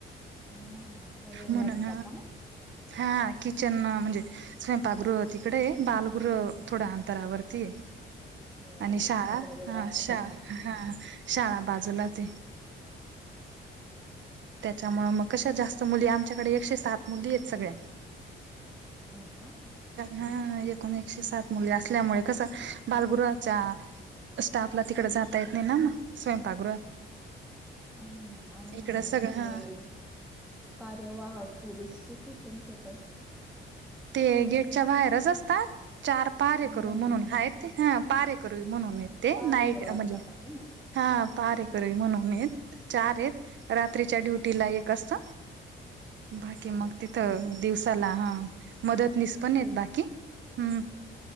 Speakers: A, in the centre; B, on the right.
A: हम्म त्या वेगळ्या
B: म्हणून
A: राहता का मग?
B: हा किचन म्हणजे स्वयंपागृह तिकडे बालगृह थोडं आण अंतरावरती आहे.
A: हो
B: आणि शाळा
A: वेगळं वेगळं
B: हा
A: असेल
B: शा
A: ना.
B: हा शाळा बाजूलाच आहे.
A: <inaudible>
B: त्याच्यामुळं मग कश्या जास्त मुली आमच्याकडे एकशे सात मुली आहेत सगळ्या.
A: हो का.
B: हा एकून एकशे सात मुली असल्यामुळे कस बालगृहाच्या स्टाफला तिकडे जाता येत नाही ना स्वयंपाकगृहात.
A: हम्,, आणि
B: इकड सगळं
A: ते
B: हा
A: कार्यवाहक पुरुष किती तुमचे त?
B: ते गेटच्या बाहेरच असतात चार पाहरे
A: अ
B: करू
A: म्हणजे
B: म्हणून हायत,, हांऽ पारेकरुई म्हणून येत ते,,
A: पारे
B: नाही
A: करू
B: म्हणजे,,
A: असता का ते?
B: हा पारेकरुई म्हणून येत. चार आहेत रात्रीच्या ड्युटीला एक असत. बाकी मग
A: हो का?
B: तिथं दिवसाला ह, मदत निस पण
A: दिवस
B: येत बाकीऽ हम्म